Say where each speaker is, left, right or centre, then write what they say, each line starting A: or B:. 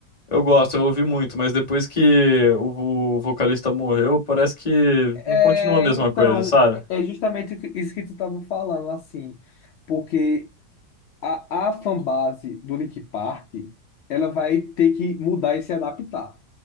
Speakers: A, on the left; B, on the left.
A: Eu gosto, eu ouvi muito, mas depois que o o vocalista morreu, parece que não
B: É,
A: continua a mesma
B: então,
A: coisa, sabe?
B: é é justamente o que- isso que tu estava falando, assim, porque a, a fanbase do Link Park, ela vai ter que mudar e se adaptar.